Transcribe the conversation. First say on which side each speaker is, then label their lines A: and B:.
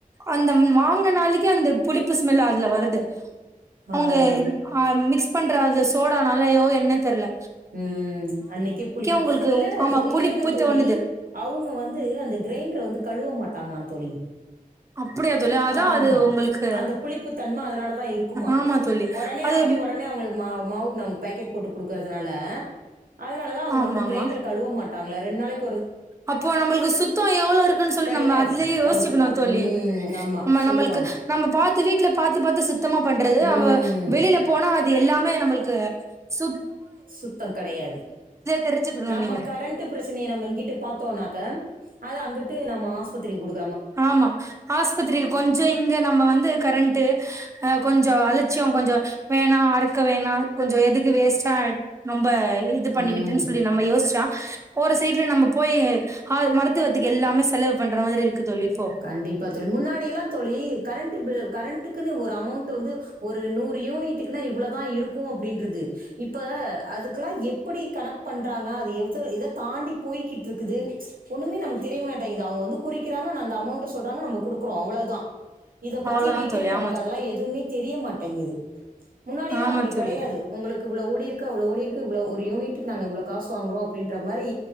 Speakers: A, on the right (about 20°); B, on the right (about 75°).
A: அந்த வாங்கின நாளைக்கே அந்த புளிப்பு இல் அதுல வருது அவங்க
B: ஆ
A: மிக்ஸ் பண்ற அந்த சோடானாலோ என்ன தெரில
B: ம் அன்னைக்கே புளிப்பு
A: உங்களுக்கு
B: இல்ல
A: ஆமா புளிப்பு
B: இல்லைங்க தோழி
A: தோணுது
B: அவங்க வந்து அந்த கிரைண்டரை வந்து கழுவ மாட்டாங்களா தோழி
A: அப்படியா தோழி அதா
B: ஆமா
A: அது உங்களுக்கு
B: அந்த புளிப்பு தன்மை அதனாலதான் இருக்குமா
A: ஆமா தோழி
B: உடனே
A: அது
B: ஆட்டி உடனே அவங்களுக்கு மாவு மாவு நம் பேக்கெட் போட்டு கொடுக்கறதுனால அதனால தான் அவங்க
A: ஆமாமா
B: வந்து கிரைண்டரை கழுுவ மாட்டாங்கள ரெண்ட் நாளைக்
A: அப்போ நம்மளுக்கு சுத்தம் எவ்வளவு இருக்குன்னு சொல்லி
B: கிடையாது.
A: நம்ம அதுலயே யோசிச்சுிக்கணு
B: கண்டிப்பா.
A: தோழி
B: ம். ஆமா.
A: நம்
B: சொல்லுவாங்க.
A: நம்மளுக்கு நம்ம பாத்து வீட்ல பாத்துபாத்து சுத்தமா பண்றது
B: ம்.
A: அவ வெளியில போனா அது எல்லாமே நம்மளுக்கு சு
B: சுத்தம் கடையாது
A: தெரிஞ்சுக்கணு
B: நம்ம
A: நீங்க
B: கரண்ட் பிரச்சனையை நம்ம இங்கிட் பாத்தோம்னாக்க அது அங்கிட்டு நம்ம ஆஸ்பத்திரிக்கு கொடுக்
A: ஆமா ஆஸ்பத்திரிக்கு கொஞ்ச இங்க நம்ம வந்து கரண்ட்டு அ கொஞ்ச அலட்சியம் கொஞ்ச வேணா அறுக்க வேணாம் கொஞ்ச எதுக்கு வேஸ்ட்டா ரொம்ப இது பண்ணிக்கிட்டுன்னு
B: ம்
A: சொல்லி நம்ம யோசிச்சா போற சைட்ல நம்ம போய் ஆ மருத்துவத்துக்கு எல்லாமே செலவு பண்ற மாதிரி இருக்கு தோழி இப்போ
B: கண்டிப்பா தோழி முன்னாடிய எல்லா தோழி கரண்ட் கரண்ட்டக்குன்னு ஒரு அமௌண்ட் வந்து ஒரு நூறு யூனிட்டுக்கு இவ்வளவுதான் இருக்கு அப்படின்றது இப்ப அதுக்கெல்லா எப்படி கனெக்ட் பண்றாங்க அது எதை தாண்டி போய்கிட்டு இருக்குது ஒண்ணுமே நமக்கு தெரிய மாட்டேங்கது அவங்க வந்து குறிக்கிறாங்க நந் அமௌண்ட் சொல்றாங்க நம்ம கொடுக்குறோ அவ்வளவுதா இதை பத்தி
A: அவ்ளோதா
B: டீட்டெயில்
A: தோழி
B: நமக்கு
A: ஆமா
B: அதல்லா எதுவுமே தெரிய மாட்டேங்ககுது முன்னாடியெல்லா
A: ஆமா
B: அப்படி
A: தோழி
B: கடையாது உங்களுக்கு இவ்ளோ ஓடிருக்கு அவ்லோ ஓடிருக்கு இ்வளோ ஒரு யூனிட்டுக்கு நாங்கள் இவ்லோ காசு வாங்குறோ அப்படின்ற மாதிரி